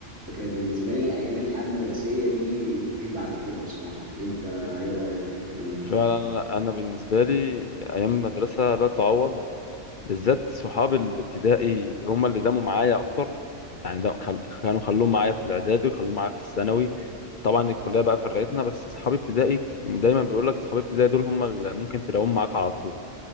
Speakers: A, on the right (about 75°); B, on the left (about 50°).
A: فكان بالنسبه لي الايام الحياه المدرسيه دي مفيش بعد كده بصراحه انت ايه رايك في الكلام ده؟
B: فعلا انا بالنسبه لي ايام المدرسه لا تعوض بالذات صحاب الابتدائي هم اللي داموا معايا اكتر يعني ده خل- كانوا خلوهم معايا في الاعدادي وخلوهم معايا في الثانوي طبعا الكليه بقى فرقتنا بس صحابي ابتدائي دايما بيقول لك صحابي ابتدائي دول هم اللي ممكن تلاقوهم معاك على طول